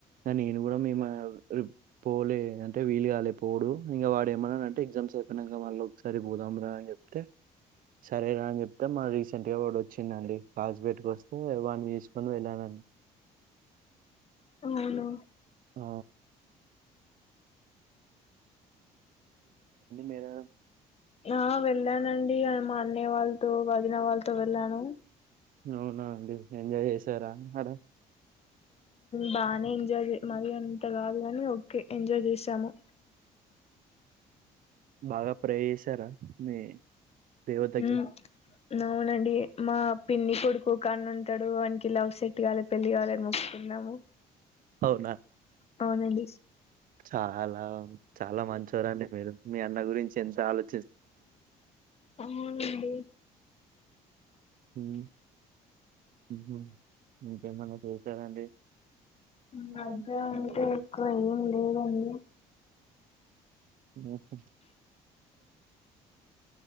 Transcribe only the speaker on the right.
అ నేను కూడ మేమ పోలే అంటే వీలు కాలే, పోడు ఇంగ వాడు ఏమన్నాడంటే ఎగ్జామ్స్ అయిపోయ్యినంక మళ్ళ ఒకసారి పోదాంరా అన్ తే చాలా రా అని చెప్ అ మన రీసెంట్ గా వా వచ్చిందండి కాజపేటకి వస్తే వాని తీసుకొని వెళ్ళానని
ఆ మేరా
అవున అండి ఎంజాయ్ చేసారా అడ
బాగా ప్రే చేసారా మీ దేవతకి?
అవున
చాలా చాలా మంచివోరండి మీరు మీ అన్న గురించి ఎంత ఆలో
హ్మ్. హుహు. ఇంకేమన్నా చేశారండి?
లడ్డాంటే
వెల్ కమ్